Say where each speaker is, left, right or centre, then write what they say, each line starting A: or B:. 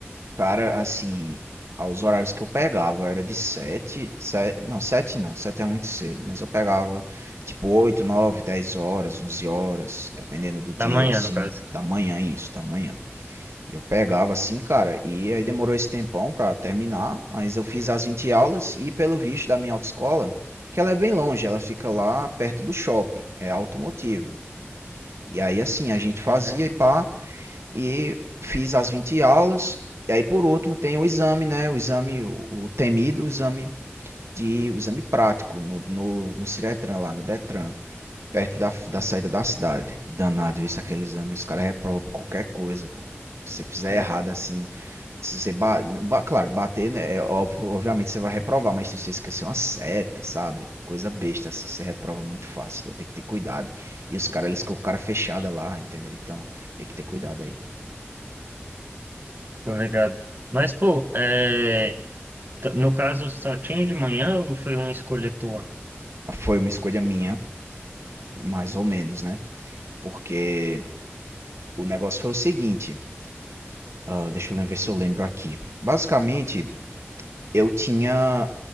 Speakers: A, on the right (about 85°); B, on the right (about 50°).
A: Cara, assim, aos horários que eu pegava era de sete, se- não, sete não, sete é muito cedo, mas eu pegava tipo 8, 9, 10 horas, 11 horas, dependendo do dia,
B: Da manhã,
A: assim,
B: no caso.
A: da manhã, isso, da manhã. E eu pegava assim, cara, e aí demorou esse tempão pra terminar, mas eu fiz as 20 aulas e pelo visto da minha autoescola, que ela é bem longe, ela fica lá perto do shopping, é automotiva. E aí assim, a gente fazia
B: Uhum.
A: e pá, e fiz as 20 aulas, e aí por último tem o exame, né, o exame, o, o temido exame de, o exame prático no, no, no Ciretran lá, no Detran perto da, da
B: Uhum.
A: saída da cidade. Danado isso, aquele exame. Os caras reprovam por qualquer coisa, pô. Se você fizer
B: Uhum.
A: errado assim, se você ba ba- claro, bater, né? é óbvio- obviamente você vai reprovar, mas se você esquecer uma seta, sabe? Coisa besta assim, você reprova muito fácil. Então tem que ter cuidado. E os caras, eles ficam com o cara fechada lá, entendeu? Então tem que ter cuidado aí.
B: Tô ligado. Mas, pô, é, t- no caso, só tinha de manhã ou foi uma escolha tua?
A: Foi uma escolha minha, mais ou menos, né? Porque o negócio foi o seguinte. ah, deixa eu lembrar ver se eu lembro aqui. Basicamente, eu tinha